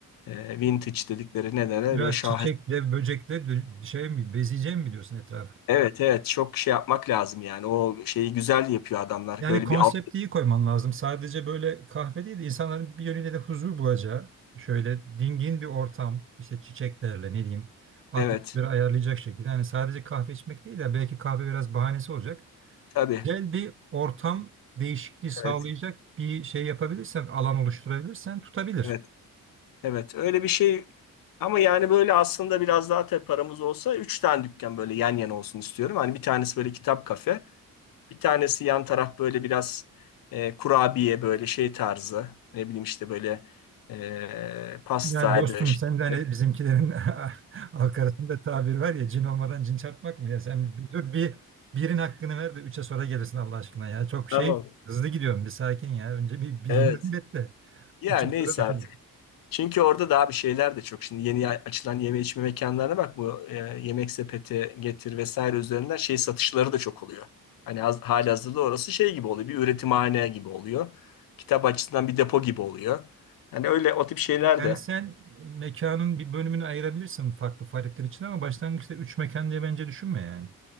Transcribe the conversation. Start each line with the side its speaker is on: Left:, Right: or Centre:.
Left: E, vintage dedikleri ne derler
Right: Biraz
Left: böyle şahes.
Right: çiçekle, böcekle dö- şey mi, bezeyeceğim mi diyorsun etrafı?
Left: Evet evet çok şey yapmak lazım yani. O şeyi güzel yapıyor adamlar.
Right: Yani
Left: Böyle
Right: konsepti
Left: bir alt.
Right: iyi koyman lazım. Sadece böyle kahve değil de insanların bir yönüyle de huzur bulacağı, şöyle dingin bir ortam, işte çiçeklerle ne diyeyim, atmosferi
Left: Evet
Right: ayarlayacak şekilde. Yani sadece kahve içmek değil de belki kahve biraz bahanesi olacak.
Left: tabii.
Right: Güzel bir ortam değişikliği sağlayacak
Left: Evet
Right: bir şey yapabilirsen, alan oluşturabilirsen tutabilir.
Left: evet evet öyle bir şey. Ama yani böyle aslında biraz daha tabii paramız olsa üç tane dükkan böyle yan yana olsun istiyorum. Hani bir tanesi böyle kitap kafe. Bir tanesi yan taraf böyle biraz e, kurabiye böyle şey tarzı. Ne bileyim işte böyle e, pastaydı.
Right: Yani dostum
Left: Işte.
Right: sen de hani bizimkilerin <laughs> halk arasında tabir var ya cin olmadan cin çarpmak mı ya sen bir dur bir birin hakkını ver de üçe sonra gelirsin Allah aşkına ya çok şey
Left: Tamam.
Right: hızlı gidiyorum bir sakin ya önce bir birinden
Left: Evet.
Right: <laughs> bet de
Left: Ya
Right: üçü
Left: neyse
Right: sonra düşünürüz.
Left: artık. Çünkü orada daha bir şeyler de çok. Şimdi yeni açılan yeme içme mekanlarına bak bu e, yemek sepeti getir vesaire üzerinden şey satışları da çok oluyor. Hani haz- halihazırda orası şey gibi oluyor. Bir üretimhane gibi oluyor. Kitap açısından bir depo gibi oluyor. Hani öyle o tip şeyler
Right: Yani
Left: de
Right: sen mekanın bir bölümünü ayırabilirsin farklı faaliyetler için ama başlangıçta üç mekan diye bence düşünme yani.